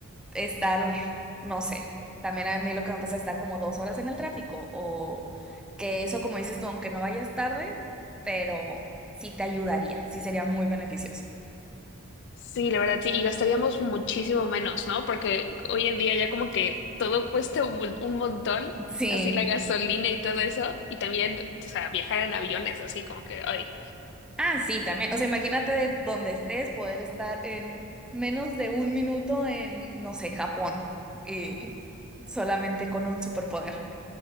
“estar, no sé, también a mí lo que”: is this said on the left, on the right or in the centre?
Centre